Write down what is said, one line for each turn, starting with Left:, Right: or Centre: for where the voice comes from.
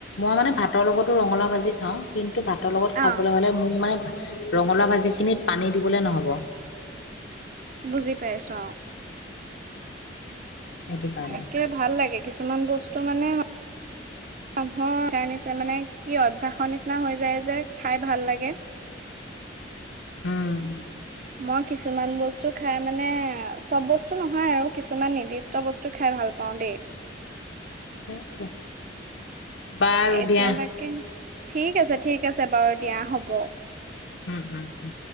Left: মই মানে ভাতৰ লগতো ৰঙালাও ভাজি খাওঁ কিন্তু ভাত ভাতৰ লগত খাবলৈ
Right: অ
Left: হ'লে মোক মানে ৰঙালাও ভাজিখিনিত পানী দিবলৈ নহব।
Right: বুজি পাইছো অ।
Left: সেইটো কাৰণে।
Right: তাকে ভাল লাগে। কিছুমান বস্তু মানে মানুহৰ <unintelligible> মানে কি আৰু অভ্যাসৰ নিচিনা হৈ যায় যে খাই ভাল লাগে।
Left: উম।
Right: মই কিছুমান বস্তু খাই মানে চব বস্তু নহয় আৰু কিছুমান নিৰ্দিষ্ট বস্তু খাই ভাল পাওঁ দেই।
Left: সেইটোৱে। বাৰু
Right: এতিয়া
Left: দিয়া
Right: তাকে। ঠিক আছে ঠিক আছে বাৰু দিয়া হ'ব।
Left: উম উম উম।